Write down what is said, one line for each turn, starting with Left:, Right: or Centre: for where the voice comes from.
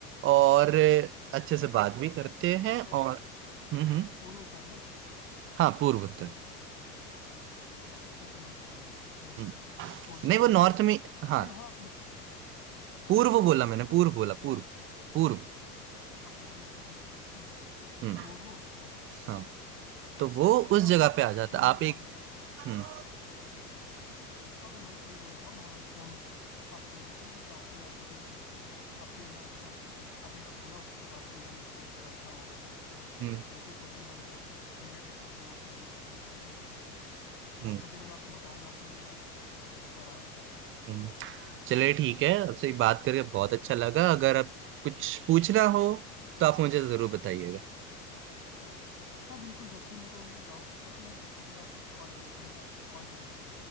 Right: और अच्छे
Left: उत्तर
Right: से
Left: पूर्व
Right: बात भी
Left: ना
Right: करते हैं
Left: उत्तर
Right: और हम्म हम्म
Left: पूर्व उत्तर ना
Right: हाँ पूर्व उत्तर
Left: हम्म। हाँ उत्तर तो नॉर्थ हो गया ना हम्म
Right: हम्म,
Left: पूर्व उत्तर
Right: नहीं वो नॉर्थ
Left: हाँ
Right: में हाँ
Left: ये हाँ मतलब
Right: पूर्व
Left: पूर्व उत्तर
Right: बोला
Left: हो गया ना
Right: मैंने
Left: उधर
Right: पूर्व
Left: नॉर्थ
Right: बोला
Left: ईस्ट
Right: पूर्व
Left: हो गया
Right: पूर्व
Left: हाँ पूर्व उत्तर ना हम्म
Right: हम्म
Left: पूर्व उत्तर
Right: हाँ तो वो
Left: हम्म
Right: उस
Left: हाँ
Right: जगह
Left: वो
Right: पे आ जाता
Left: मैं भी
Right: आप एक
Left: मानता हूँ
Right: हम्म
Left: हाँ मैं वही वही बोलता हूँ हाँ एकदम आप सही बोल रहे हो मतलब काफी आपके आपके है ना मतलब आपने जो बोला उसकी काफी है ना मेरे को फायदा होगा अभी
Right: हम्म
Left: तो बिल्कुल सोचूंगा मैं इनमें से किसी जगह पे जरूर जाने का पसंद करूंगा मैं
Right: हम्म
Left: और मैं जरूर आपको बताऊंगा कि मैं आप, अ, कैसा रहा मेरा
Right: हम्म चलिए ठीक है आपसे बात करके बहुत अच्छा लगा अगर आप कुछ पूछना हो तो आप मुझे जरूर बताइएगा
Left: हाँ बिल्कुल जब भी मेरे को डाउट हुआ तो मैं जरूर आपको कॉल कर कॉल करूंगा